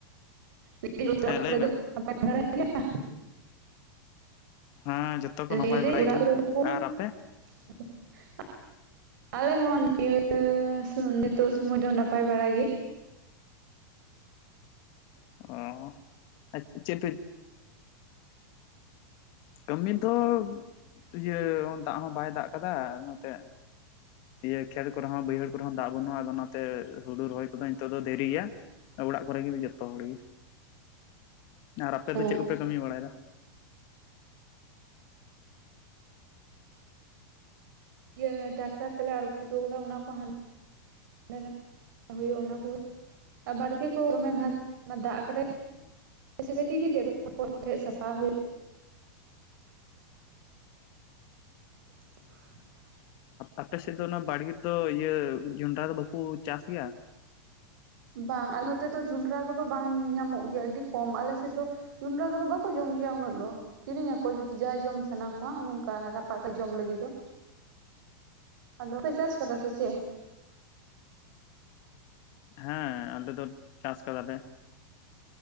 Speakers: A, on the right; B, on the left.
A: <unintelligible>
B: ᱦᱮᱸ
A: ᱠᱚᱨᱮ
B: ᱞᱟᱹᱭ
A: ᱫᱚ
B: ᱢᱮ
A: ᱱᱟᱯᱟᱭ ᱵᱟᱲᱟᱜᱮᱭᱟ? <unintelligible>
B: ᱦᱮᱸ ᱡᱚᱛᱚ ᱠᱚ ᱱᱟᱯᱟᱭ
A: ᱞᱟᱹᱭᱫᱟᱹᱧ
B: ᱵᱟᱲᱟ
A: ᱚᱲᱟᱜ
B: ᱜᱮᱭᱟ,
A: ᱠᱚᱨᱮ ᱫᱚᱠᱚ
B: ᱟᱨ ᱟᱯᱮ?
A: <unintelligible> ᱟᱞᱮ ᱦᱚᱸ ᱱᱤᱭᱟᱹ ᱱᱤᱛᱚᱜ ᱥᱩᱢᱚᱭ ᱫᱚ ᱱᱟᱯᱟᱭ ᱵᱟᱲᱟ ᱜᱤ᱾
B: ᱚ ᱟᱨ ᱪᱮᱫ <inaudible> ᱠᱟᱹᱢᱤ ᱫᱚ ᱤᱭᱟᱹ ᱫᱟᱜ ᱦᱚᱸ ᱵᱟᱭ ᱫᱟᱜ ᱠᱟᱫᱟ ᱚᱱᱟᱛᱮ ᱤᱭᱟᱹ ᱠᱷᱮᱛ ᱠᱚᱨᱮ ᱦᱚᱸ ᱵᱟᱹᱭᱦᱟᱹᱲ ᱠᱚᱨᱮ ᱦᱚᱸ ᱫᱟᱜ ᱵᱟᱹᱱᱩᱜᱼᱟ ᱟᱫᱚ ᱚᱱᱟᱛᱮ ᱦᱩᱲᱩ ᱨᱚᱦᱚᱭ ᱠᱚᱫᱚ ᱱᱤᱛᱚᱜ ᱫᱚ ᱫᱮᱨᱤ ᱜᱮᱭᱟ᱾ ᱚᱲᱟᱜ ᱠᱚᱨᱮ ᱜᱤ ᱡᱚᱛᱚ ᱦᱚᱲ ᱜᱤ, ᱟᱨ ᱟᱯᱮ
A: ᱦᱮᱸ
B: ᱫᱚ ᱪᱮᱫ ᱠᱚᱯᱮ ᱠᱟᱹᱢᱤ ᱵᱟᱲᱟᱭᱫᱟ?
A: ᱤᱭᱟᱹ ᱴᱟᱠᱴᱟᱨ ᱛᱮᱞᱮ ᱟᱬᱜᱚ ᱦᱚᱪᱚ ᱟᱠᱟᱫᱟ ᱚᱱᱟ ᱠᱚ ᱦᱟᱸᱱ ᱚᱸ <unintelligible> ᱦᱩᱭᱩᱜ ᱚᱱᱟ ᱠᱚᱜᱮ ᱵᱟᱲᱜᱮ ᱠᱚ ᱫᱚᱢᱮ ᱜᱷᱟᱥ <unintelligible> ᱫᱟᱜ ᱠᱟᱛᱮ
B: <inaudible>
A: ᱥᱮ ᱠᱟᱹᱴᱤᱡ ᱠᱟᱹᱴᱤᱡ ᱟᱫᱚ ᱚᱱᱟ ᱠᱚ ᱴᱷᱮᱡ ᱥᱟᱯᱟ ᱦᱩᱭᱩᱜ᱾ ᱦᱮᱸ᱾
B: ᱟᱯᱮ ᱥᱮᱫ ᱫᱚ ᱚᱱᱟ ᱵᱟᱲᱜᱤᱫᱚ ᱤᱭᱟᱹ ᱡᱚᱱᱰᱨᱟ ᱫᱚ ᱵᱟᱹᱠᱩ ᱪᱟᱥ ᱜᱮᱭᱟ?
A: ᱵᱟᱝ ᱟᱞᱮ ᱱᱚᱛᱮ ᱫᱚ ᱡᱚᱱᱰᱨᱟ ᱠᱚᱫᱚ ᱵᱟᱝ ᱧᱟᱢᱚᱜ ᱜᱮᱭᱟ ᱟᱹᱰᱤ ᱠᱚᱢ ᱟᱞᱮ ᱥᱮᱫ ᱫᱚ ᱡᱩᱱᱰᱨᱟ ᱠᱚᱫᱚ ᱵᱟᱠᱚ ᱡᱚᱢ ᱜᱮᱭᱟ ᱩᱱᱟᱹᱜ ᱫᱚ᱾ ᱠᱤᱨᱤᱧ ᱟᱠᱚ ᱡᱩᱫᱤ ᱡᱟᱸᱦᱟᱭ ᱡᱚᱢ ᱥᱟᱱᱟ ᱠᱚᱣᱟ ᱱᱚᱝᱠᱟ ᱨᱟᱯᱟᱜ ᱛᱮ ᱡᱚᱢ ᱞᱟᱹᱜᱤᱫ ᱫᱚ᱾ ᱟᱫᱚ, ᱯᱮ ᱪᱟᱥ ᱟᱠᱟᱫᱟ ᱥᱮ ᱪᱮᱫ?
B: ᱦᱮᱸ ᱟᱞᱮ ᱫᱚ ᱪᱟᱥ ᱟᱠᱟᱫᱟᱞᱮ᱾